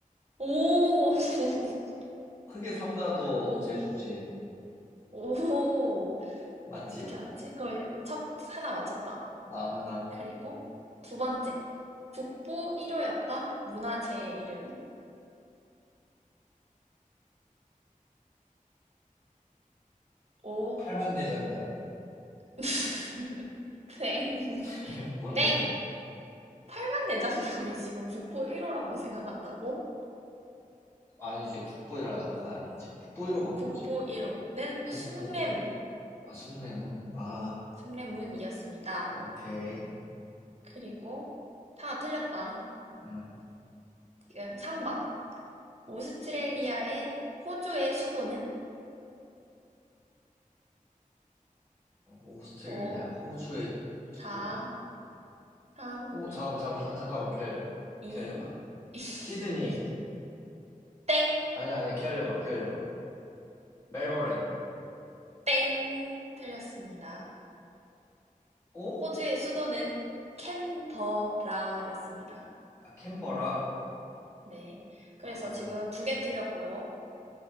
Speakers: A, on the right; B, on the left.
A: 오, <laughs>
B: 크게 삼다도
A: 오,
B: 제주지.
A: 오.
B: 맞지?
A: 어떻게 알았지? 그걸 첫, 하나 맞췄다.
B: 아, 하나.
A: 그리고 두 번째, 국보 1호였던 문화재의 이름은? 오,
B: 팔만대장경.
A: <laughs> 땡,
B: <laughs> 뭔데?
A: 땡. 팔만 내천병이 지금 국보 1호라고 생각한다고?
B: 아니지. 국보이라가 아니지. 국보이로가
A: 국보
B: 뭐지?
A: 1호는
B: 국보.
A: 숭례문,
B: 아, 숭례문. 아,
A: 숭례문이었습니다.
B: 오케이.
A: 그리고 하나 틀렸다.
B: 음.
A: 지금 3번. 오스트레일리아의 호주의 수도는
B: 오스트레일리아,
A: 5,
B: 호주의 수도.
A: 4, 3,
B: 어, 잠깐만, 잠깐만, 잠깐만, 기다려.
A: 이
B: 기다려봐.
A: <laughs>
B: 시드니.
A: 2. 땡!
B: 아니, 아니, 기다려봐, 기다려봐. 멜버른.
A: 땡! 틀렸습니다.
B: 어?
A: 호주의 수도는 캔버라였습니다.
B: 아, 캔버라.
A: 네. 그래서
B: 아,
A: 지금 두 개 틀렸고요.